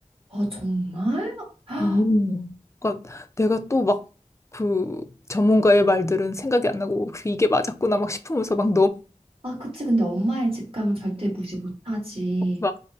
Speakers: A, on the right (about 50°); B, on the left (about 25°).
A: 아, 정말? <gasps> 헉,
B: 음. 그러니까 내가 또 막 그 전문가의 말들은 생각이 안 나고 그 이게 맞았구나 막 싶으면서 막
A: 아, 그치. 근데 엄마의 직감은 절대 무시 못하지.
B: 막